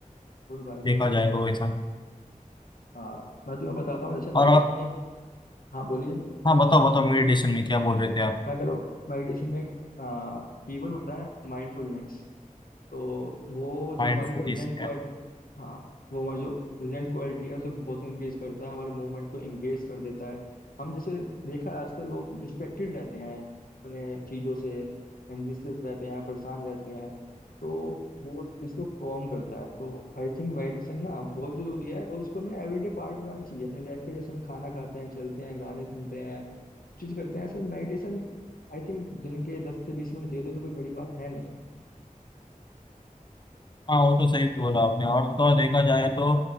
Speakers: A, on the left; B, on the left.
A: Goodbye
B: देखा
A: good
B: जाए तो वैसा
A: हाँ मैं तुम्हें बताता हूँ जैसे मेडिटेशन
B: और आप
A: में एक- हाँ बोलिए
B: हाँ बताओ बताओ मेडिटेशन में क्या बोल रहे थे आप
A: मैं कह रहा हूँ मेडिटेशन में एक कीवर्ड होता है माइंडफुलनेस तो वो जो
B: माइंडफुलनेस
A: हमारी प्रेजेंट हाँ वो हमारी जो प्रेजेंट क्वालिटी है उसे बहुत इंक्रीज करता है हमारे मूवमेंट को एंगेज कर देता है हम जैसे देखा है आजकल लोग डिस्ट्रैक्टेड रहते हैं अपने चीज़ों से एंजिशियस रहते हैं परेशान रहते हैं तो वो उस चीज़ को कम करता है तो आई थिंक मेडिटेशन ना बहुत ज़रूरी है और उसको हमें एवरीडे पार्ट बनाना चाहिए अपनी लाइफ में जैसे हम खाना खाते हैं चलते हैं गाने सुनते हैं चीज़ करते हैं ऐसे मेडिटेशन आई थिंक दिन के दस से बीस मिनट दे दो तो कोई बड़ी बात है नहीं
B: हाँ वो तो सही बोला आपने और तो और देखा जाए तो